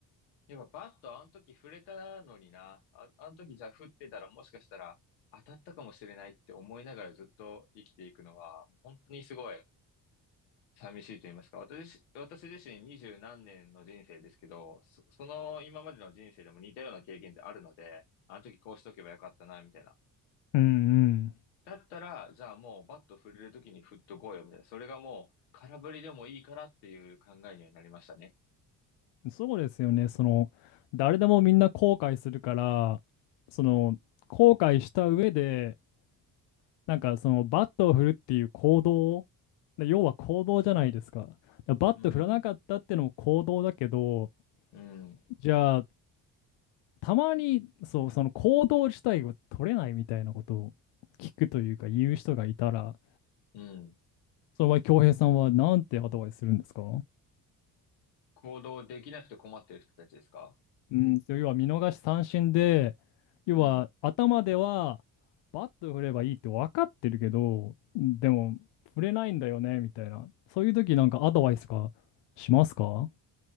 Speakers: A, on the left (about 85°); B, on the left (about 65°).
A: やっぱバットあの時触れたのにな、あ、あの時じゃあ振ってたらもしかしたら当たったかもしれないって思いながらずっと生きていくのは、本当にすごい寂しいと言いますか。私、私自身二十何年の人生ですけど、そ、その今までの人生でも似たような経験ってあるので、あの時こうしとけばよかったな、みたいな。
B: うんうん。
A: だったら、じゃあもうバット振れる時に振っとこうよ、みたいな。それがもう空振りでもいいからっていう考えにはなりましたね。
B: そうですよね。その、誰でもみんな後悔するから、その、後悔した上で、なんかその、バットを振るっていう行動、で要は行動じゃないですか。でバット振らなかったっていうのも行動だけど、
A: うん、うん、
B: じゃあ、たまに、そう、その行動自体が取れないみたいなことを聞くというか、言う人がいたら、
A: うん。
B: その場合、恭平さんはなんてアドバイスするんですか
A: 行動できなくて困ってる人たちですか
B: うん、そう要は見逃し三振で、要は頭ではバット振ればいいって分かってるけど、
A: うん。
B: でも振れないんだよね、みたいな。そういう時なんかアドバイスとかしますか